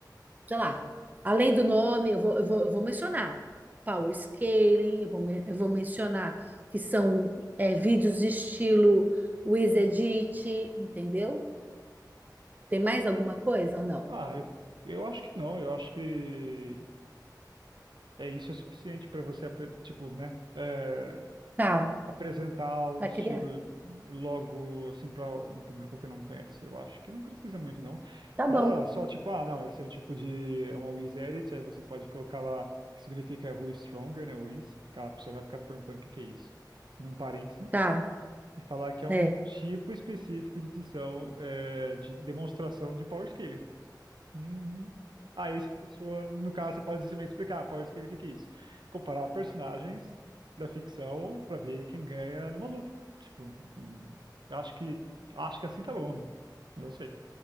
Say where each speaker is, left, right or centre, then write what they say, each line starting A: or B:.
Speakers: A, on the right; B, on the right.
A: sei lá, além do nome, eu vou, eu vou, eu vou mencionar power scaling, eu vou, men- eu vou mencionar que são é, vídeos de estilo Wiz Edit, entendeu? Tem mais alguma coisa ou não?
B: Ah, eu, eu acho que não. Eu acho que É, isso é suficiente para você, apre- tipo, né, é,
A: Tá,
B: apresentar o
A: para
B: estilo
A: criar.
B: logo, assim, para um público que não conhece. Eu acho que não precisa muito, não.
A: Tá
B: Fala
A: bom.
B: só, tipo, ah, não, esse é o tipo de, é uma Wiz Edit, aí você pode colocar lá, que significa Who is Stronger, né, Wiz, que a pessoa vai ficar perguntando o que que é isso, num parênteses,
A: Tá,
B: e falar que é um
A: é,
B: tipo específico de edição, é, de demonstração de Power Scaling. Hum, Aí, a pessoa, no caso, você pode simplesmente explicar, Power Scale, o que que é isso? Comparar personagens da ficção pra ver quem ganha numa luta. Tipo, hum, acho que acho que assim tá bom. Não sei.